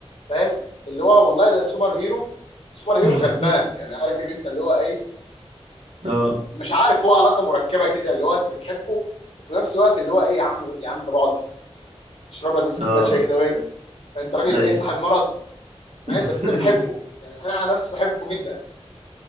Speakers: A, on the left (about 70°); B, on the right (about 80°).
A: فاهم اللي هو والله ده سوبر هيرو سوبر هيرو
B: <laughs>
A: غلبان يعني عارف انت اللي هو إيه،
B: اه
A: مش عارف هو علاقه مركبه كده اللي هو انت بتحبه وفي نفس الوقت اللي هو ايه يا عم يا عم طب اقعد بس تشرب لك بس
B: اه
A: كوبايه شاي كده وايه ده انت راجل
B: ايوه
A: ايه صاحب مرض
B: <laughs>
A: فاهم بس انت بتحبه يعني انا على نفسي بحبه جدا